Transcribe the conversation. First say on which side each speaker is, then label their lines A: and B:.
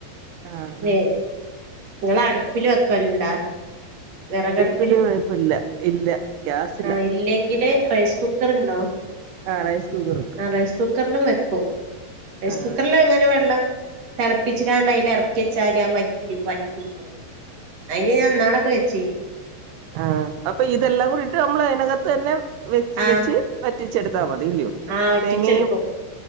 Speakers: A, on the right; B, on the right.
A: ആഹ്
B: വേ ങ്ങള അടുപ്പില് വെക്കല്ണ്ടാ വിറകടു
A: ല് വയ്പ്പല്ല ഇല്ല ഗ്യാസ ഇല.
B: ആഹ് ഇല്ലെങ്കില് റൈസ് കുക്കർ ഉണ്ടോ?
A: ആ റൈസ് കുക്കർ ഉണ്ട്
B: റൈസ് കുക്കറിലും വെക്കും റൈസ്
A: ആഹ്
B: കുക്കറില് എങ്ങനെ വെള്ള തിളപ്പിച്കാണ്ട് അതിൽ ഇറക്കി വച്ചാല് അത് വറ്റും അയിന് ഞാൻ ഇന്നാളൊക്കെ വെച്ചിനി
A: ആഹ അപ്പൊ ഇതെല്ലാം കൂടിട്ട് നമ്മൾ അതിനകത്ത് തന്നെ വെച്ച്
B: ആഹ്
A: വെച്ച് വറ്റിച്ചെടുത്താൽ മതി ഇല്ലയോ
B: ആഹ് വറ്റിച്ചെടുക്കും
A: തേങ്ങയും